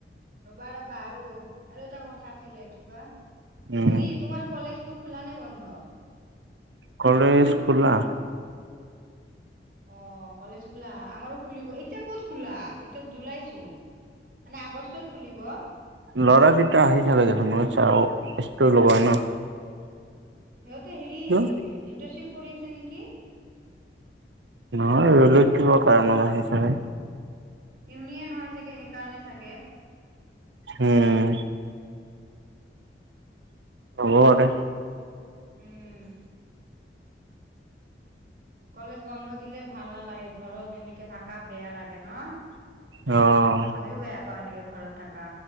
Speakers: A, on the right (about 50°); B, on the right (about 80°).
A: ৰবা ৰবা আৰু আৰু এটা কথা আছিলে কিবা,
B: উম
A: হেৰি তোমাৰ কলেজটোক খোলা নে বন্ধ?
B: কলেজ খোলা।
A: অ' কলেজ খোলা আমাৰো খুলিব, এতিয়া ক'ত খোলা এতিয়া জুলাই চোন। মানে আগষ্টত খুলিব।
B: ল'ৰা কেইটা আহি থাকে দেখোন মই চাওঁ ষ্টোৰী লগাই ন।
A: সিহঁতে হেৰি এ
B: কিয়
A: ইণ্টাৰনশ্বিপ কৰি আছে নেকি?
B: নহয়, বেলেগ কিবা কাৰণত আহে চাগে।
A: ইউনিয়ন হয় চাগে সেইকাৰণে চাগে?
B: উম' হব দে।
A: উম'। কলেজ বন্ধ দিলে ভাল নালাগে, ঘৰত এনেকে থাকা বেয়া লাগে ন।
B: অঁহ।
A: মইয়ো বেয়া পাওঁ এনেকে ঘৰত থাকা।